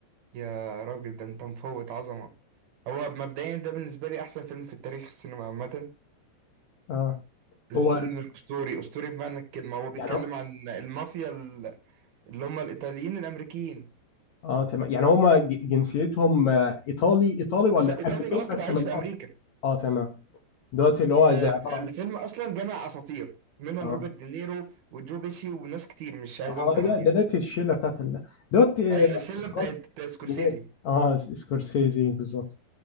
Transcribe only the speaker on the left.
اه
هو
يعني هو-
اه تمام يعني هما ج- جنسيتهم آه، ايطالي ايطالي ولا
امريكان
بس
من
اصل
اه تمام دوت اللي هو
زي عبارة
عن
اه
اه
ده ده
دوت الشلة بتاعت ال- دوت آه،
اخراج
جنيه اه سكورسيزي بالظبط